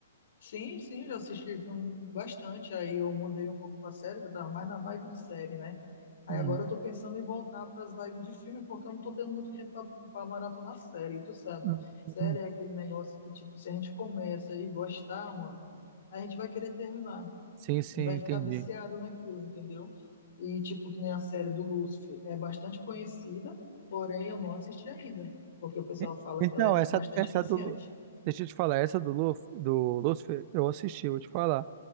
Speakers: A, on the left; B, on the right.
A: Sim, sim, já assisti filme bastante. Aí eu mudei um pouco pra série, que eu tava mais na vibe de série, né? Aí
B: Uhum.
A: agora eu tô pensando em voltar pras vibes de filme, porque eu não tô tendo muito tempo pra, pra maratonar série, e tu sabe.
B: uhum,
A: Série
B: uhum.
A: é aquele negócio que, tipo, se a gente começa e gostar, mano, a gente vai querer terminar.
B: Sim, sim,
A: e vai ficar
B: entendi.
A: viciado naquilo, entendeu? E tipo, que nem a série do Lúcifer é bastante conhecida, porém eu não assisti ainda, porque o pessoal
B: E-
A: fala
B: Então,
A: que ela é
B: essa,
A: bastante
B: essa
A: viciante.
B: do. Lu- Deixa eu te falar, essa do, Luf, do Lucifer, eu assisti, eu vou te falar.